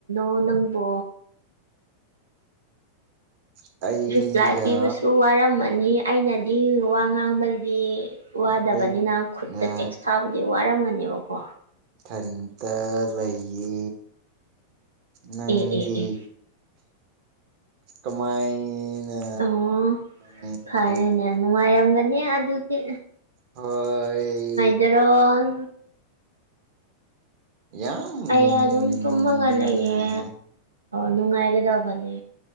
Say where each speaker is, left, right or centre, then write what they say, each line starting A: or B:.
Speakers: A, on the right; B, on the right.
A: ꯑꫭ ꯅꯪꯕꯣ꯫
B: <unintelligible> ꯑꯩꯒ
A: ꯔꯤꯄ꯭ꯂꯥꯏ ꯄꯤꯕꯁꯨ ꯋꯥꯔꯝꯃꯅꯤ꯫ ꯑꯩꯅꯗꯤ ꯋꯥ ꯉꯥꯡꯕꯗꯤ ꯋꯥꯗꯕꯅꯤꯅ
B: ꯑꯩꯒ
A: ꯈꯨꯠꯇ ꯇꯦꯛꯁ ꯊꯥꯕ ꯗꯤ ꯋꯥꯔꯝꯒꯅꯤꯕꯀꯣ꯫
B: ꯊꯟꯇ ꯂꯩꯌꯦ꯫ ꯅꯪꯗꯤ
A: ꯑꯦ ꯑꯦ ꯑꯦ
B: ꯀꯃꯥꯏꯅ
A: ꯑꯣ
B: ꯂꯩꯔꯤꯅꯣ?
A: ꯐꯔꯦꯅꯦ ꯅꯨꯡꯉꯥꯏꯔꯝꯒꯅꯤ ꯑꯗꯨꯗꯤ꯫
B: ꯍꯣꯢ
A: ꯖꯔꯣ
B: ꯌꯥꯝ
A: ꯑꯩ ꯑꯗꯨꯝ
B: ꯅꯨꯡꯉꯥꯏ꯫
A: ꯇꯨꯝꯃꯒ ꯂꯩꯌꯦ ꯅꯨꯡꯉꯥꯏꯒꯗꯕꯅꯦ